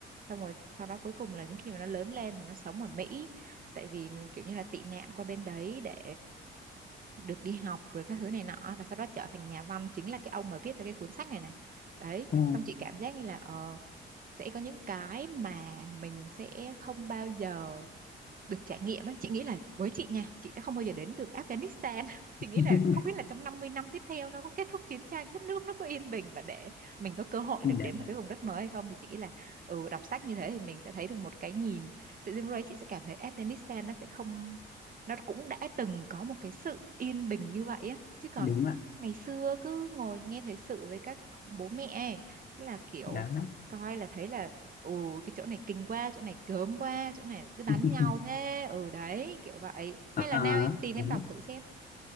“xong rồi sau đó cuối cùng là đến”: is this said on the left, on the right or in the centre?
Right